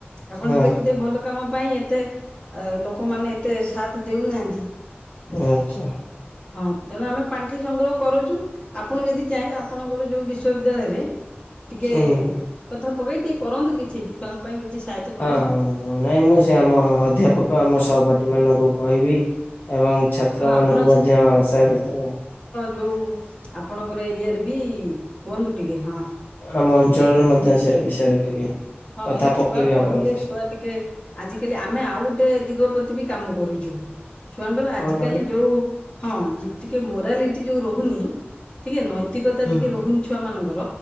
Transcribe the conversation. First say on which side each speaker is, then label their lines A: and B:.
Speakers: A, on the left; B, on the left.
A: ଆପଣ
B: ହଁ
A: ତ ଦେଖୁଥିବେ ଭଲ କାମ ପାଇଁ ଏତେ ଆ ଲୋକମାନେ ଏତେ ସାଥ ଦେଉନାହାନ୍ତି <inaudible>
B: ଆଚ୍ଛା
A: ହଁ। ତେଣୁ ଆମେ ପାଣ୍ଠି ସଂଗ୍ରହ କରୁଛୁ ଆପଣ ଯଦି ଚାହିଁବେ ଆପଣଙ୍କର ଯୋଉ ବିଶ୍ବିଦ୍ୟାଳୟରେ ଟିକେ
B: ହୁଁ।
A: କଥା ପକେଇ ଟିଏ କରନ୍ତୁ କି ଛି ଛୁଆଙ୍କ ପାଇଁ କିଛି ସାହାଯ୍ୟ କରନ୍ତୁ।
B: ହଁ ନାଇଁ ମୁଁ ସେ ଆମ ଅଧ୍ୟାପକ ଆମ ସହପାଠୀ ମାନଙ୍କୁ କହିବି ଏବଂ ଛାତ୍ର
A: ହଁ
B: ମାନଙ୍କୁ
A: ଆପଣ
B: ମଧ୍ୟ ସେ ଭିତରେ
A: ଯେଉଁ ଆପଣଙ୍କର ଏରିଆରେ ବି କୁହନ୍ତୁ ଟିକେ ହଁ।
B: ଆମ ଅଞ୍ଚଳରେ ମଧ୍ୟ ସେ ବିଷୟରେ ଟିକେ
A: ହଁ
B: କଥା
A: ମ
B: ପକେଇବି
A: ଛୁଆ ପଢିଲେ
B: ଆପଣଙ୍କ ବିଷୟରେ
A: ଛୁଆ ଟିକେ ଆଜିକାଲି ଆମେ ଆଉ ଗୋଟେ ଦ ଦିଗ ପ୍ରତି ବି କାମ କରୁଛୁ। ଛୁଆଙ୍କର ଆଜିକାଲି
B: କଣ କହିଲେ?
A: ଯୋଉ ହଁ। ଟିକେ ମୋରାଲିଟି ଯୋଉ ରହୁନି ଟିକେ ନୈତ୍ ପ୍ରତିକତା
B: ହୁଁ
A: ଟିକେ ରହୁନି ଛୁଆମାନଙ୍କୁ କର